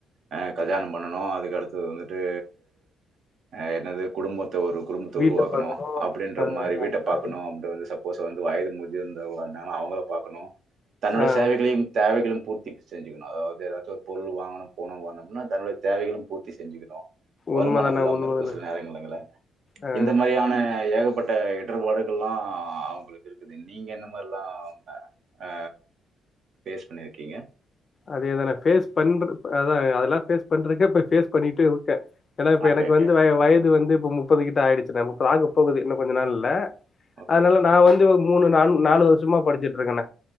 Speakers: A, on the right (about 65°); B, on the left (about 40°).
A: அ கல்யாணம் பண்ணனு அதுக்கு அடுத்தது வந்துட்டு அ என்னது குடும்பத்த ஒரு குடும்பத்த
B: வீட்ட
A: உருவாக்கணு
B: பாக்கணு
A: அப்டின்ற
B: ஆ
A: மாரி வீட்ட பாக்கணு
B: ஆ
A: அந்த சப்போஸ்சு வந்து வயது முதிர்ந் த வுன்னே அவங்கள பார்க்கணு தன்னுடைய
B: ஆ
A: சேவைகளையு தேவைகளும் பூர்த்தி செஞ்சுக்கணும் அதாவது ஏதாவது ஒரு வாங்கணும் போனம் வாங்கணம்னா தன்னோடைய தேவைகளும் பூர்த்தி செஞ்சிகனு வருமானம்
B: உண்மதாண்ணா
A: இல்லாம
B: உண்மதாண்ணா
A: இருக்கு சில நேரங்கங்கள்ள
B: ஆ
A: இந்த மாரியான ஏகப்பட்ட இடர்பாடுகள்லா அவுங்களுக்கு இருக்குது நீங்க என்ன மாரிலா ஆ பேஸ் பண்ணிருக்கீங்க
B: அதேதான பேஸ் பண்ற அதா அதெல்லா பேஸ் பண்றதுக்கு இப்ப பேஸ் பண்ணிட்டு வுட்டே ஏன்னா இப்ப
A: ஓகே
B: எனக்கு
A: ஓகே
B: வந்து வய வயது வந்து இப்ப முப்பது கிட்ட ஆயிடுச்சு முப்மதாகப் போகுது இன்னும் கொஞ்ச நாள்ல
A: ஓகே
B: அதனால நா வந்து மூணு நா நாலு வருஷமா படிச்சுட்டு இருக்கணே